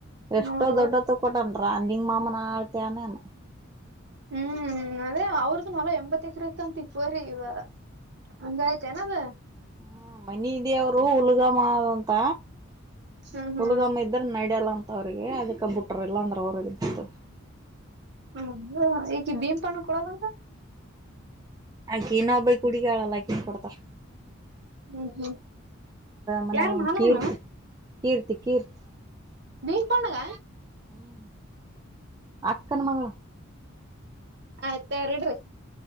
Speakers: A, on the right; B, on the right.
A: ಎಷ್ಟೋ
B: ಹೌದ
A: ದೊಡ್ಡತ್ತು ಕೊಟನ್ರ ನಿಂಗ ಮಾಮನ ಆ ಏನೇನ
B: ಹ್ಮ್ ಅದೇ ಅವ್ರ್ದು ಹೊಲಾ ಎಂಬತ್ತ ಎಕರೆ ಅಂತ ಆಯ್ತು ಪೋರಿ ಇವಗ್ ಹಂಗಯ್ತೆನಇವಾಗ
A: ಹ ಮನಿ ದೇವರು ಹುಲ್ಗಮ್ಮಂತ ಂತ
B: ಹ್ಮ್ ಹ್ಮ್
A: ಹುಲ್ಗಮ್ಮ ಇದ್ರ ನಡ್ಯಲ್ಲ ಅಂತ ಅವ್ರಿಗೆ ಅದಕ್ ಕಂಪ್ಯೂಟರ್ ಎಲ್ಲ ಅಂದ್ರೆ ಅವರು ಎಲ್ಲ ಬರ್ತದ್ರ
B: ಹೊಗ ಈಕಿ ದೀಪನು ಕೊಡಲ್ಲಂತ
A: ಹಾಗೆ ಇನೊಬ್ಬಕ್ಕಿ ಹುಡಿಗಿಳಲ ಅಕಿ ಬರ್
B: ಹ್ಮ್ ಹ್ಮ್
A: ಮನ್ಯಾಗ
B: ಯಾರ
A: ಒಂದ್
B: ಮಾಲ
A: ಕೀರ್ತಿ
B: ನಾ
A: ಕೀರ್ತಿ ಕೀರ್ತಿ
B: ಬೀಮಪಣಂಗ
A: ಹ್ಮ್ ಅಕ್ಕನ್ ಮಗಳು
B: ಆಯ್ತಾರೀ ಇಡ್ರಿ